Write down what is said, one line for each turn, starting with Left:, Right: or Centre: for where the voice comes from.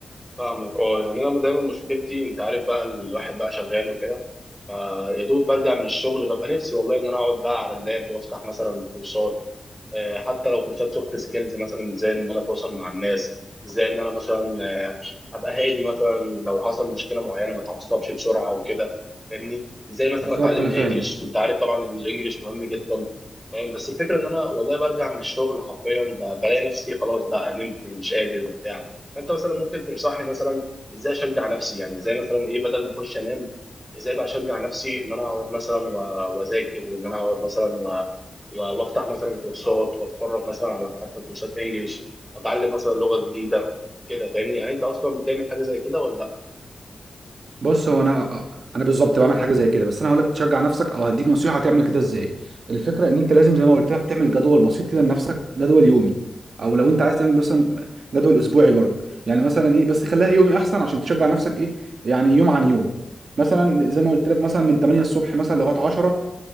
Centre: فاهمك اه يعني انا دايما مشكلتي انت عارف بقى الواحد بقى شغال وكده فيا دوب برجع من الشغل ببقى نفسي والله ان انا اقعد بقى على اللاب وافتح مثلا كورسات آه، حتى لو كورسات سوفت سكيلز مثلا ازاي ان انا اتواصل مع الناس ازاي ان انا مثلا ابقى هادي مثلا لو حصل مشكله معينه ما اتعصبش بسرعه وكده فاهمني ازاي مثلا
Right: بالظبط
Centre: اتعلم
Right: انا
Centre: الانجليش
Right: فاهم
Centre: انت عارف طبعا الانجليش مهم جدا فاهم بس الفكره ان انا والله برجع من الشغل حرفيا ب- بلاقي نفسي خلاص بقى نمت مش قادر وبتاع فانت مثلا ممكن تنصحني مثلا ازاي اشجع نفسي يعني ازاي مثلا ايه بدل ما اخش انام ازاي بقى اشجع نفسي ان انا اقعد مثلا و- واذاكر وان انا اقعد مثلا و- و- وافتح مثلا كورسات واتفرج مثلا على حتى كورسات انجليش اتعلم مثلا لغه جديده كده فاهمني يعني انت اصلا بتعمل حاجه زي كده ولا لا
Right: بص هو انا انا بالظبط بعمل حاجه زي كده بس انا هقول لك تشجع نفسك او هديك نصيحه تعمل كده ازاي الفكره ان انت لازم زي ما قلت لك تعمل جدول بسيط كده لنفسك جدول يومي او لو انت عايز تعمل مثلا جدول اسبوعي برضه يعني مثلا ايه بس خليها يومي احسن عشان تشجع نفسك ايه يعني يوم عن يوم مثلا زي ما قلت لك مثلا من 8 الصبح مثلا لغايه 10